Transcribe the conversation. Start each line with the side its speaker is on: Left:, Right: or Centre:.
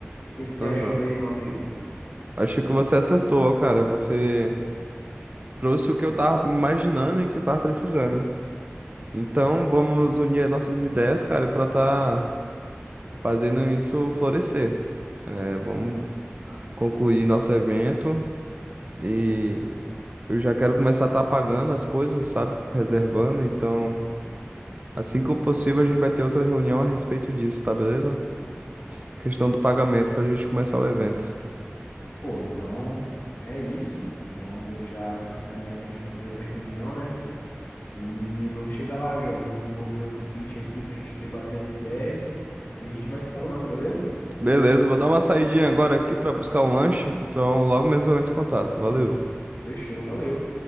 Left: O que que você
Right: Aham.
Left: achou aí, meu amigo?
Right: Achei que você acertou, cara. Você trouxe o que eu tava imaginando e que eu tava precisando. Então, vamos unir as nossas ideias, cara, pra tá fazendo isso florescer. É, vamos concluir nosso evento e eu já quero começar a tá pagando as coisas, sabe? Reservando. Então, assim que possível, a gente vai ter outra reunião a respeito disso, tá beleza? Questão do pagamento pra gente começar o evento.
Left: Pô, então é isso. Vamos já se encaminhar pra gente fazer outra reunião, né? E vamos chegar lá, eu já vou desenvolver outro pitch aqui para a gente debater as ideias e a gente vai se falando, beleza?
Right: Beleza, vou dar uma saidinha agora aqui pra buscar um lanche. Então, logo mesmo eu entro em contato. Valeu.
Left: Fechou, valeu.